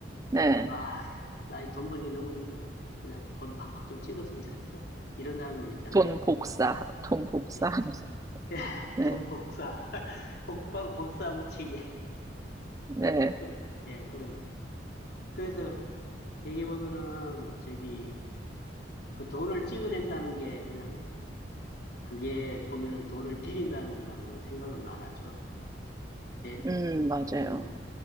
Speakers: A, on the right; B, on the left.
A: 네,
B: 아, 나 이 돈 벌기 너무 힘들어. 그냥 돈 팍팍 좀 찍었으면 좋겠어. 이런 사람들 있잖아요.
A: 돈 복사, 돈 복사하면서,
B: 예. 예, <laughs>
A: 네,
B: 돈 복사, <laughs> 복, 복- 복사 붙이기.
A: 네,
B: 그- 예, 그런. 그래서 얘기해보면은, 저기, 그 돈을 찍어낸다는 게 그냥, 그게 보면은 돈을 빌린다는 거라고는 생각은 안 하죠. 대,
A: 음, 맞아요.
B: 음,